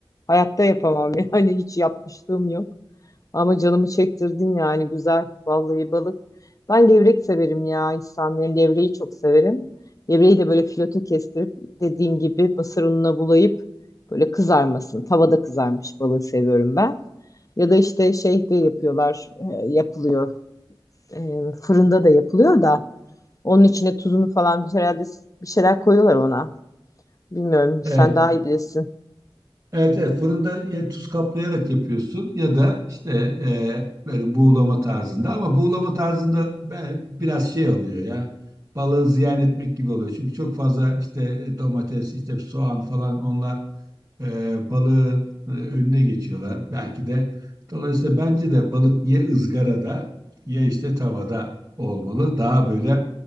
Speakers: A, on the left (about 40°); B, on the right (about 35°).
A: hayatta yapamam. <laughs> Yani hiç yapmışlığım yok. Ama canımı çektirdin yani güzel. Vallahi balık. Ben levrek severim ya İhsan. Yani levreyi çok severim. Levreyi de böyle fileto kestirip dediğin gibi mısır ununa bulayıp böyle kızarmasın. Tavada kızarmış balığı seviyorum ben. Ya da işte şeyde yapıyorlar, e, yapılıyor. E, fırında da yapılıyor da onun içine tuzunu falan bir herhalde bir şeyler koyuyorlar ona. Bilmiyorum, sen
B: Evet,
A: daha iyi bilirsin.
B: Evet, evet fırında ya tuz kaplayarak yapıyorsun ya da işte e, böyle buğulama tarzında ama buğulama tarzında be- biraz şey oluyor ya balığı ziyan etmek gibi oluyor. Çünkü çok fazla işte e, domates işte soğan falan onlar e, balığın e, önüne geçiyorlar. Belki de dolayısıyla bence de balık ya ızgarada ya işte tavada olmalı. Daha böyle